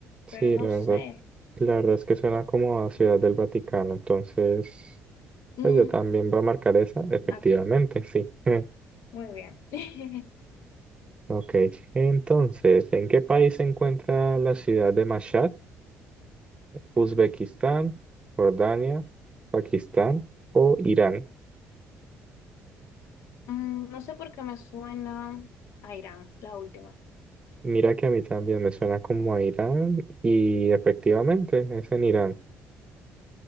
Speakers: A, on the right (about 20°); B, on the left (about 85°).
A: Sí,
B: pero no
A: la
B: sé.
A: verdad, la verdad es que suena como a Ciudad del Vaticano, entonces,
B: Mm,
A: pues yo también voy a marcar esa, efectivamente,
B: ok,
A: sí. <laughs>
B: muy bien. <laughs>
A: Ok, entonces, ¿en qué país se encuentra la ciudad de Mashhad? ¿Uzbekistán, Jordania, Pakistán o Irán?
B: Mm, no sé por qué me suena a Irán, la última.
A: Mira que a mí también me suena como a Irán y efectivamente es en Irán.